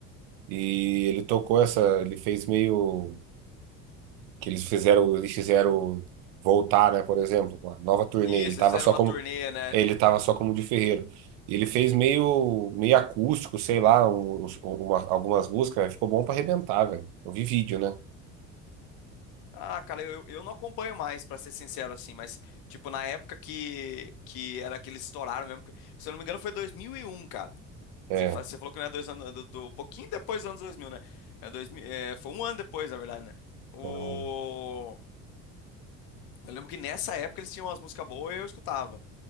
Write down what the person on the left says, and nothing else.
Isso,
eles fizeram
uma
turnê, né?
Ah, cara, eu, eu não acompanho mais, pra ser sincero, assim, mas, tipo, na época que, que era que eles estouraram mesmo. que- Se eu não me engano, foi 2001, cara.
Você, fa- você falou que não é dois anos do, do- um pouquinho depois dos anos 2000, né? É 2000, é, foi um ano depois, na verdade, né? O...
Eu lembro que nessa época eles tinham umas músicas boas e eu escutava.